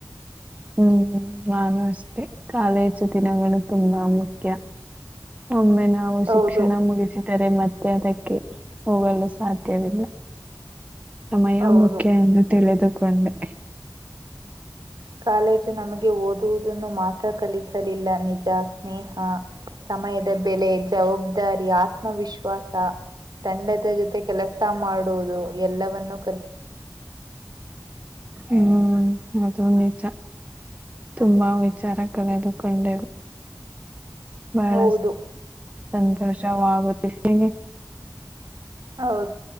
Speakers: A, on the right (about 20°); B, on the right (about 70°).
A: ಹ್ಮ್ ನಾನು ಅಷ್ಟೇ ಕಾಲೇಜು ದಿನಗಳು ತುಂಬಾ ಮುಖ್ಯ. ಒಮ್ಮೆ ನಾವು ಶಿಕ್ಷಣ
B: ಹೌದು
A: ಮುಗಿಸಿದರೆ ಮತ್ತೆ, ಅದಕ್ಕೆ ಹೋಗಲು ಸಾಧ್ಯವಿಲ್ಲ. ಸಮಯ
B: ಹೌದು
A: ಮುಖ್ಯ ಎಂದು ತಿಳಿದುಕೊಂಡೆ.
B: ಕಾಲೇಜು ನಮಗೆ ಓದುವುದನ್ನು ಮಾತ್ರ, ಕಲಿಸಲಿಲ್ಲ ನಿಜ ಸ್ನೇಹ ಸಮಯದ. ಬೆಲೆ ಜವಾಬ್ದಾರಿ ಆತ್ಮವಿಶ್ವಾಸ ತಂಡದ ಜೊತೆ. ಕೆಲಸ ಮಾಡುವುದು ಎಲ್ಲವನ್ನು.
A: ಹ್ಮ್ ಅದು ನಿಜ ತುಂಬಾ ವಿಚಾರ ಕಳೆದುಕೊಂಡೆವು ಬಹಳ
B: ಹೌದು,
A: ಸಂತೋಷವಾಗುತ್ತ ನಿನಗೆ.
B: ಹೌದು